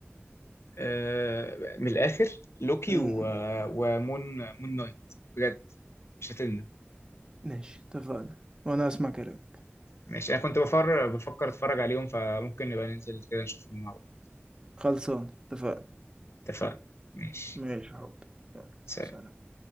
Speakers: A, on the left; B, on the right.
A: آه، من الاخر لوكي
B: امم
A: و... ومون مون نايت بجد مش هتلنا
B: ماشي اتفقنا وانا اسمع كلام
A: ماشي انا كنت بفر... بفكر اتفرج عليهم فممكن نبقى ننزل كده نشوفهم مع بعض
B: خلصان اتفقنا
A: اتفقنا ماشي
B: ماشي يا حبي يلا
A: سلام
B: سلام